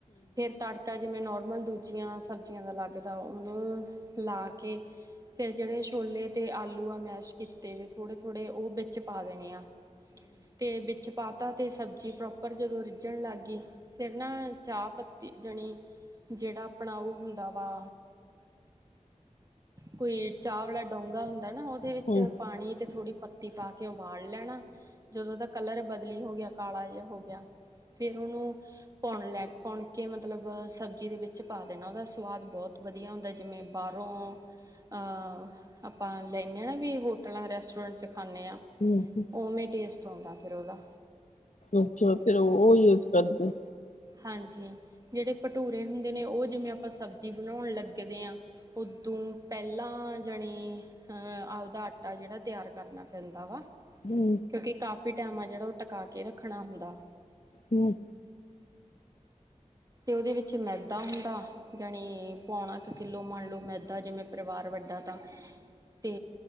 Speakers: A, on the right; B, on the left.
A: ਫੇਰ ਤੜਕੀ ਟਾ ਜਿਵੇਂ ਨੋਰਮਲ ਦੂਜੀਆਂ ਸਬਜ਼ੀਆਂ ਦਾ ਲੱਗਦਾ ਉਹਨੂੰ ਲਾ ਕੇ ਫੇਰ ਜਿਹੜੇ ਛੋਲੇ ਤੇ ਆਲੂ ਆ ਮੈਸ਼ ਕੀਤੇ ਵੀ ਥੋੜੇ ਥੋੜੇ ਉਹ ਵਿੱਚ ਪਾ ਦੇਣੇ ਆ। ਤੇ ਵਿੱਚ ਪਾਤਾ ਤੇ ਸਬਜ਼ੀ ਪ੍ਰੋਪਰ ਜਦੋਂ ਰਿੱਝਣ ਲੱਗ ਗਈ ਫੇਰ ਨਾ ਚਾਹਪੱਤੀ ਜਣੀ ਜਿਹੜਾ ਆਪਣਾ ਉਹ ਹੁੰਦਾ ਵਾ। ਕੋਈ ਚਾਹ ਵਾਲਾ ਡੋਂਗਾ ਹੁੰਦਾ ਨਾ ਉਹ ਦੇ
B: ਅੱਛਾ
A: ਵਿੱਚ ਪਾਣੀ ਅਤੇ ਥੋੜ੍ਹੀ ਪੱਤੀ ਪਾ ਕੇ ਉਬਾਲ ਲੈਣਾ ਜਦੋਂ ਤੱਕ ਕਲਰ ਬਦਲੀ ਹੋ ਗਿਆ ਕਾਲਾ ਜਿਹਾ ਹੋ ਗਿਆ ਫੇਰ ਉਹਨੂੰ ਪੂਣ ਲੈ ਪੂਣ ਕੇ ਮਤਲਬ ਸਬਜ਼ੀ ਦੇ ਵਿੱਚ ਪਾ ਦੇਣਾ ਉਹਦਾ ਸਵਾਦ ਬਹੁਤ ਵਧੀਆ ਹੁੰਦਾ ਜਿਵੇਂ ਬਾਹਰੋਂ ਅਹ ਆਪਾਂ ਲੈਂਦੇ ਹਾਂ ਨਾ ਵੀ ਹੋਟਲਾਂ ਰੈਸਟੋਰੈਂਟ ਚ ਖਾਂਦੇ ਹਾਂ।
B: ਹਮ
A: ਉਵੇਂ ਟੇਸਟ ਆਉਂਦਾ ਫਿਰ ਉਹਦਾ।
B: ਅੱਛਾ ਫੇਰ ਉਹ
A: ਅਤੇ
B: ਯੂਜ ਕਰਦੇ।
A: ਹਾਂਜੀ ਜਿਹੜੇ ਭਟੂਰੇ ਹੁੰਦੇ ਨੇ ਉਹ ਜਿਵੇਂ ਆਪਾਂ ਸਬਜ਼ੀ ਬਣਾਉਣ ਲੱਗਦੇ ਹਾਂ। ਉਦੋਂ ਪਹਿਲਾਂ ਜਾਣੇ। ਅਹ ਉਹਦਾ ਆਟਾ ਜਿਹੜਾ ਤਿਆਰ ਕਰਨਾ ਪੈਂਦਾ ਵਾ।
B: ਹਮ
A: ਕਿਉਂਕਿ ਕਾਫੀ ਟਾਈਮ ਆ ਜਿਹੜਾ ਉਹ ਟਿਕਾ ਕੇ ਰੱਖਣਾ ਹੁੰਦਾ।
B: ਹਮ
A: ਉਹਦੇ ਵਿੱਚ ਮੈਦਾ ਹੁੰਦਾ। ਜਾਣੀ ਪੌਣਾ ਕ ਕਿੱਲੋ ਮੰਨ ਲਓ ਮੈਂਦਾਂ ਜਿਵੇਂ ਪਰਿਵਾਰ ਵੱਡਾ ਤਾਂ ਤੇ